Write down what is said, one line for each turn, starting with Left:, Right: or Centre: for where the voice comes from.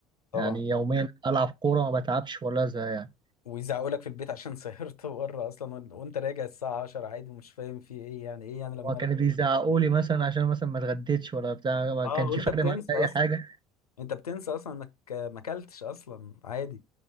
Left: طبعا
Right: يعني يوميا العب كورة ما بتعبش ولا ازهق يعني
Left: ويزعقوا لك في البيت عشان <laughs> سهرت بره اصلا وإن- وانت راجع الساعه 10 عادي ومش فاهم في ايه يعني ايه يعني لما
Right: هو كانوا
Left: ارجع
Right: بيزعقوا لي مثلا عشان مثلا ما اتغديتش ولا بتاع ما
Left: اه
Right: كانش
Left: وانت
Right: فارق
Left: بتنسى
Right: معايا اي
Left: اصلا
Right: حاجة
Left: انت بتنسى اصلا انك ما اكلتش اصلا عادي